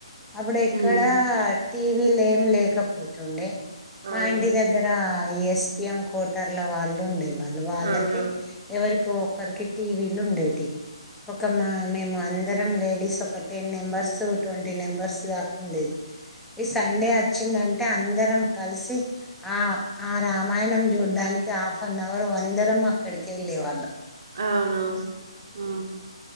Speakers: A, in the centre; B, on the right (about 45°).
A: అప్పుడు ఎక్కడ
B: హ్మ్.
A: టీవీలు ఏం లేకపోతుండే
B: అవును.
A: మా ఇంటి దగ్గర ఈ ఎస్ పి ఎమ్ కోటర్ల వాళ్ళు ఉండేవి వాళ్ళ వాళ్ళ
B: అవును.
A: కి ఎవరి ఒకరికి టీవీలు ఉండేవి ఒక మా మేము అందరం లేడీస్ ఒక టెన్ మెంబర్స్ ట్వంటీ మెంబర్స్ దాకా ఉండేది. ఈ సండే వచ్చిందంటే అందరం కలిసి ఆ ఆ రామాయణం చూడడానికి హాఫ్ అన్ అవర్ అందరం, అక్కడికి వెళ్ళలే వాళ్ళం
B: అవున హు